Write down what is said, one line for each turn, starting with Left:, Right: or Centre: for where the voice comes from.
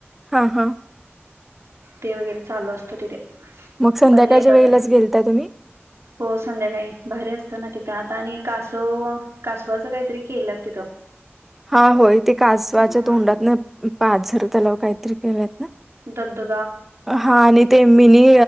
Centre: हा हा
Right: ते वगैरे चालू असतं तिथे
Centre: मग संध्याकाळच्या
Right: भारी आहे बघायला
Centre: वेळेलाच गेलता तुम्ही
Right: हो संध्याकाळी भारी असते तिथं आता आणि कासव कासवाचं काहीतरी केलं तिथं
Centre: हा होय ते कासवाच्या
Right: हम्म
Centre: तोंडातून पाझर तलाव काहीतरी केलेत ना
Right: दद <unintelligible>
Centre: हा आणि ते मिनी